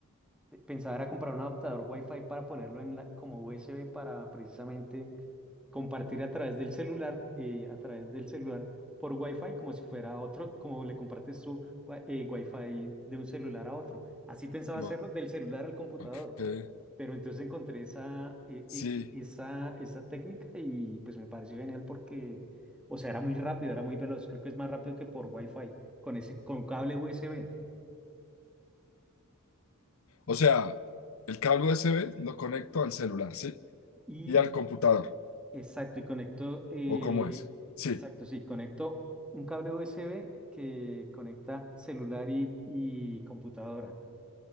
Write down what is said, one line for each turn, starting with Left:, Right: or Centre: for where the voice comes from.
Centre: pe- pensaba era comprar un adaptador Wi-Fi para ponerlo en la, como USB para precisamente compartir a través del celular, eh, a través del celular por Wi-Fi, como si fuera otro, como le compartes tu wi- fi de un celular a otro. Así pensaba
Left: No,
Centre: hacerlo del celular al computador.
Left: ok.
Centre: Pero entonces encontré esa, e-
Left: Sí.
Centre: e- e- esa, esa técnica y pues me pareció genial porque, o sea, era muy rápido, era muy veloz. Creo que es más rápido que por Wi-Fi, con ese, con cable USB.
Left: O sea, el cable USB lo conecto al celular, ¿sí?
Centre: Y
Left: Y al computador.
Centre: Exacto, y conecto, eh,
Left: ¿O cómo es? Sí.
Centre: exacto, sí, conecto un cable USB que conecta celular y, y computadora.